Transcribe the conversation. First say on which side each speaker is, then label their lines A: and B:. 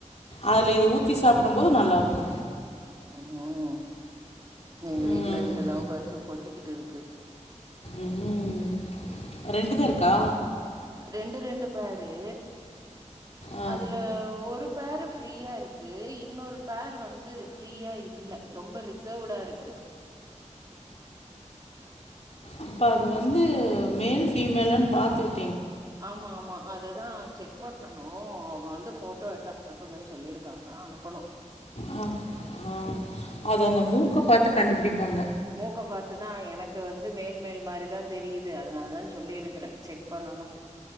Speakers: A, on the left (about 60°); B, on the right (about 30°).
A: அதுல இது ஊத்தி சாப்டும் போது நல்லாருக்கு
B: ம் ம் எங்க வீட்டுல
A: ம்.
B: ரெண்டு லவ் பேர்ட்ஸு கொஞ்சிக்கிட்ருக்கு
A: ம் ரெண்டுதா இருக்கா
B: ரெண்டு ரெண்டு பேர்ரு
A: ஆ
B: அதுல ஒரு பேர் ஃப்ரீயாருக் க்கு இன்னொரு பேர் வந்து ஃரீயா இல்ல ரொம்ப ரிசவ்டா இருக்கு
A: அப்ப அது வந்து மேல் பீமேல்லா பாத்து விட்டு
B: ஆமா ஆமா அதுதா செக் பண்ணணு அவங்க வந் து போட்டோ எடுத்து அனுப்புங்க சொல்லிருக்காங்க அனுப்பணு
A: அ ஆ அது அந்த மூக்க பாத்து கண்டுபுடிப்பாங்க
B: மூக்க பாத்துதா எனக்கு வந்து மேல் மேல் மாதிரிதா தெரியுது அதனால தா சொல்லி இருக்கறே செக் பண்ணணு